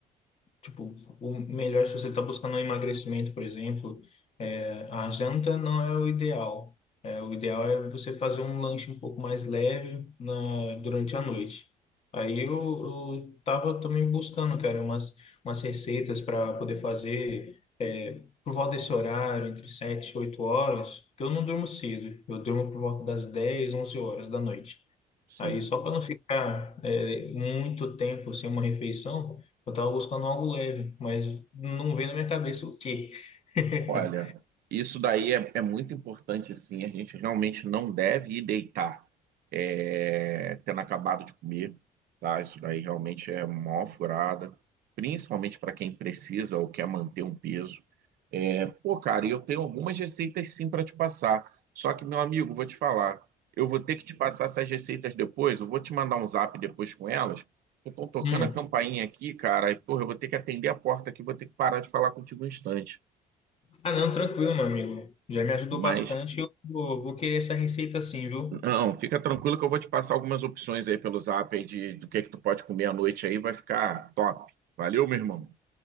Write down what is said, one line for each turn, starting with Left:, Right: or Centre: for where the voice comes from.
Left: Tipo, o melhor, se você está buscando um emagrecimento, por exemplo, é, a janta não é o ideal. É, o ideal é você fazer um lanche um pouco mais leve na, durante a noite. Aí eu, eu tava também buscando, cara, umas, umas receitas para poder fazer é, por volta desse horário, entre 7 e 8 horas, porque eu não durmo cedo. Eu durmo por volta das 10, 11 horas da noite.
Right: Sim.
Left: Aí, só para não ficar é, muito tempo sem uma refeição, eu estava buscando algo leve, mas não veio na minha cabeça o quê. <laughs>
Right: Olha, isso daí é, é muito importante, sim. A gente realmente não deve ir deitar é, tendo acabado de comer, tá? Isso daí realmente é mó furada, principalmente para quem precisa ou quer manter um peso. É, pô, cara, e eu tenho algumas receitas sim para te passar. Só que, meu amigo, vou te falar, eu vou ter que te passar essas receitas depois. Eu vou te mandar um zap depois com elas. Eu estou tocando
Left: Hum.
Right: a campainha aqui, cara, e, porra, eu vou ter que atender a porta aqui, vou ter que parar de falar contigo um instante.
Left: Ah, não, tranquilo, meu amigo. Já me ajudou
Right: Mas
Left: bastante. Eu vou, vou querer essa receita sim, viu?
Right: Não, fica tranquilo que eu vou te passar algumas opções aí pelo Zap aí de do que que tu pode comer à noite aí, vai ficar top. Valeu, meu irmão.